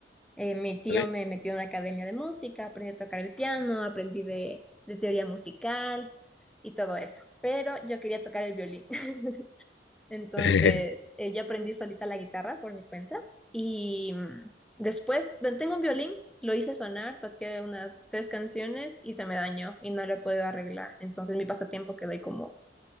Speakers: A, in the centre; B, on the left.
A: Eh, mi tío
B: Vale.
A: me metió en una academia de música, aprendí a tocar el piano, aprendí de de teoría musical y todo eso, pero yo quería tocar el violín. <laughs> Entonces,
B: <laughs> Te
A: eh, ya aprendí solita la guitarra por mi cuenta. Y mm, después, bueno, tengo un violín, lo hice sonar, toqué unas tres canciones y se me dañó y no lo he podido arreglar. Entonces, mi pasatiempo quedó ahí como,